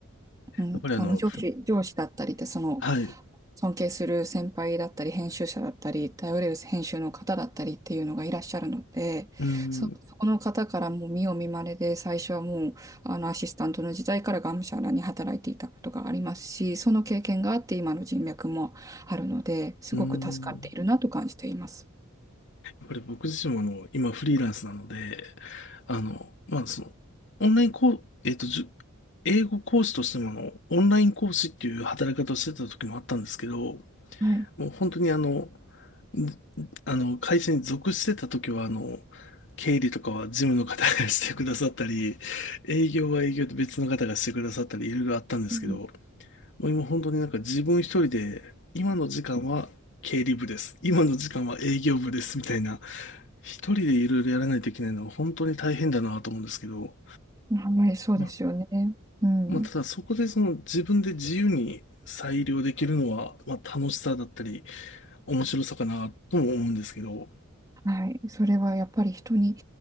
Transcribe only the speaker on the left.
やっぱりあの、
ふ
はい、
うん、
うん。やっぱり僕自身もあの、今フリーランスなので、あの、まあその、オンラインこう、えっと、じゅ英語講師としてもあの、オンライン講師っていう働き方をしてた時もあったんですけど、
もう本当にあの、ずあの、会社に属してた時はあの、経理とかは事務の方が <laughs> してくださったり、営業は営業で別の方がしてくださったり、いろいろあったんですけど、
もう今本当になんか自分一人で、今の時間は経理部です。今の時間は営業部です。みたいな、一人でいろいろやらないといけないのは本当に大変だなと思うんですけど、
まあ
まあ、ただそこでその自分で自由に裁量できるのは、まあ、楽しさだったり、面白さかなとも思うんですけど、